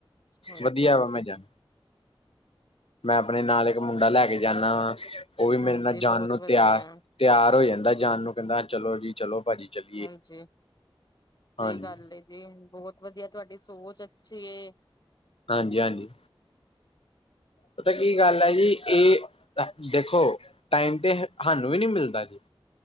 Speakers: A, on the left (about 45°); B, on the left (about 90°).
A: ਹਾਂਜੀ
B: ਵਧੀਆ
A: ਹਾਂਜੀ ਹਾਂਜੀ
B: ਵਾ ਮੈਂ ਜਾ ਮੈਂ ਆਪਣੇ ਨਾਲ ਇੱਕ ਮੁੰਡਾ ਲੈ ਕੇ ਜਾਂਨਾ ਵਾਂ, ਉਹ ਵੀ ਮੇਰੇ
A: ਹਾਂਜੀ
B: ਨਾਲ ਜਾਣ
A: ਬਹੁਤ
B: ਨੂੰ
A: ਵਧੀਆ।
B: ਤਿਆਰ ਤਿਆਰ ਹੋ ਜਾਂਦਾ ਜਾਣ ਨੂੰ, ਕਹਿੰਦਾ, ਚਲੋ ਜੀ ਚਲੋ ਭਾਜੀ। ਚਲੀਏ
A: ਹਾਂਜੀ।
B: ਹਾਂਜੀ
A: ਸਹੀ ਗੱਲ ਏ ਜੀ। ਬਹੁਤ ਵਧੀਆ ਤੁਹਾਡੀ ਸੋਚ ਅੱਛੀ ਏ।
B: ਹਾਂਜੀ-ਹਾਂਜੀ। ਪਤਾ ਕੀ
A: ਬਹੁਤ-ਬਹੁਤ
B: ਗੱਲ ਹੈ ਜੀ ਇਹ ਦੇਖੋ, ਟਾਈਮ ਤੇ ਹਾਨੂੰ ਵੀ ਨਈ ਮਿਲਦਾ ਜੀ,